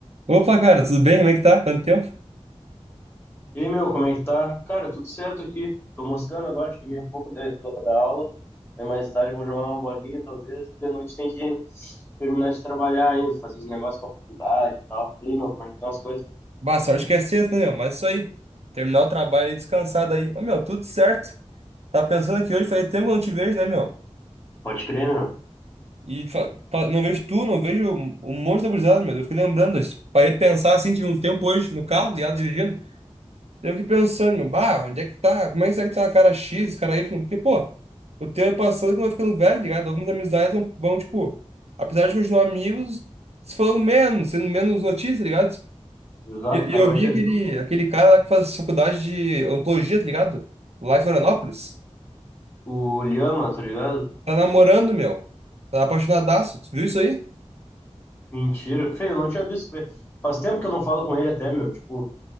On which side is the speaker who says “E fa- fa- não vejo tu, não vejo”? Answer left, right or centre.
Right